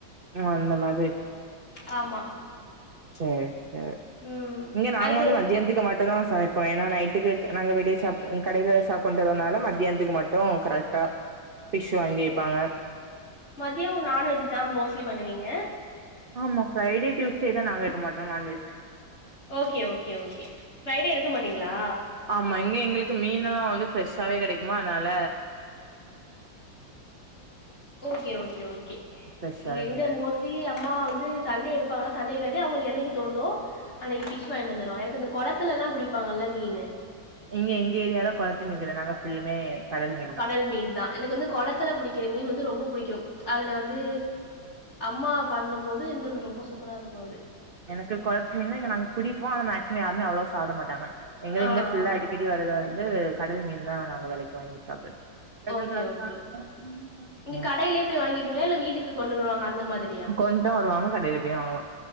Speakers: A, on the right (about 45°); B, on the left (about 35°).
A: ம் அந்த மாதிரி
B: ஆமா
A: சேரி சேரி
B: ம்.
A: இங்க நாங்க
B: அது
A: வந்து மதியானத்துக்கு மட்டுந்தா சமை இப்ப ஏன்னா நைட்டுக்கு நாங்க வெளியே சா கடையில சாப் கொண்டறதுனால மத்தியானத்துக்கு மட்டு கரெக்டா ஃபிஷ் வாங்கீர்பாங்க
B: மதியொ நான்வெஜ் தா மோஸ்ட்லி பண்ணுவீங்க
A: ஆமா ஃப்ரைடே டியூஸ்டே தா நாங்க வெக்க மாட்டோ non veg
B: okay okay okay Friday எடுக்க மாட்டீங்ளா
A: ஆமா இங்க எங்களுக்கு மீனெல்லா வந்து ஃப்ரெஷ்ஷாவே கெடைக்குமா அதனால
B: ஓகே ஓகே ஓகே
A: ஃப்ரெஷ்ஷாவே
B: இங்க எங்க
A: மீன் எடுப்போ
B: மோஸ்ட்லி அம்மா வந்து சண்டே எடுப்பாங்க சண்டே இலாட்டி அவுங்களுக்கு என்னைக்கி தோணுதோ அன்னைக்கி ஃபிஷ் வாங்ட்டு வந்துருவாங்க எனக்கு இந்த கொளத்துல எல்லா புடிப்பாங்கல்ல மீன்னு
A: இங்க எங்க ஏரியால கொளத்து மீன் கெடயாது நாங்க ஃபுல்லுமே மீன்
B: கடல்
A: தா
B: மீன் தா எனக்கு வந்து கொளத்துல புடிக்கிற மீன் வந்து ரொம்ப புடிக்கும் அதுல வந்து அம்மா பண்ணும் போது இன்னு ரொம்ப சூப்பரா இருக்கூ அது
A: எனக்கு கொளத்து மீன்ன இங்க நாங்க பிடிப்போ ஆனா மேக்சிமோ யாருமே அவ்வளவா சாப்ட மாட்டாங்க எங்கள
B: ஆ
A: இங்க ஃபுல்லா
B: ஆ
A: அடிப் க்கடி வரது வந்து கடல் மீன் தா நாங்க வெலைக்கி வாங்கி சாப்றது பெஷல்
B: ஓகே
A: கிளாஸ்தா
B: ஓகே.
A: <unintelligible>
B: இங்க கடையிலே போய் வாங்கிப்பிங்ளா இல்ல வீட்டுக்கு கொண்டு வருவாங்க அந்த மாதிரி
A: கொண்டூ வருவாங்க கடையில போய் வாங்கலா